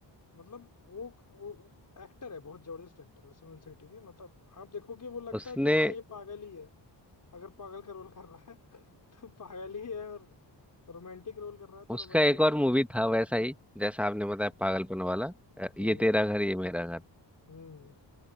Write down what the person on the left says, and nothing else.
मतलब वो वो एक्टर है बहुत जबरदस्त एक्टर है सुनील शेट्टी भी मतलब आप देखोगे वो लगता
है कि हाँ ये पागल ही है अगर पागल का रोल कर रहा है तो पागल ही है और रोमांटिक रोल कर रहा है तो
रोमांटिक
ही
है
हम्म
हम्म